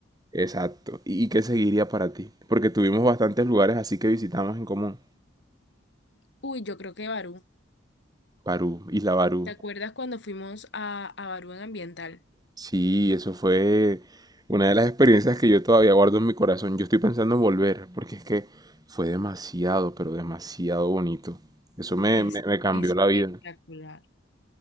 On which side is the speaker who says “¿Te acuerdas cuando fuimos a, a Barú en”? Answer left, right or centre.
Left